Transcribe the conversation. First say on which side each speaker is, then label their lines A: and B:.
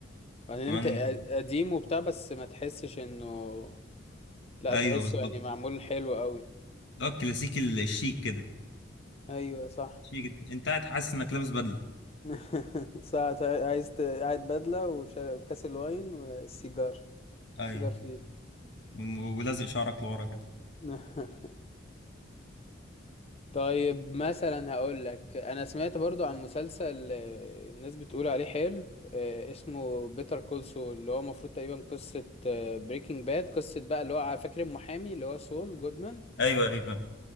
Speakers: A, on the left (about 30°); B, on the left (about 65°).
A: بعدين انت
B: كمان
A: قديم وبتاع بس ما تحسش انه لا
B: أيوه
A: تحسه
B: بالظبط
A: يعني معمول حلو قوي
B: اه الكلاسيكي ال- الشيك كده
A: ايوه صح
B: شيك انت قاعد حاسس انك لابس بدله
A: <laughs> ساعة عايز ت- قاعد بدلة وشارب كاس الواين والسيجار
B: اي
A: السيجار في ايدي
B: وم- ولازق شعرك لورا كده
A: <laughs> طيب مثلا هقول لك انا سمعت برضو عن مسلسل آه، الناس بتقول عليه حلو آه، اسمه بيتر كول سول اللي هو المفروض تقريبا قصة بريكنج باد قصة بقى اللي هو ع- فاكر المحامي اللي هو سول جودمان
B: ايوه ايوه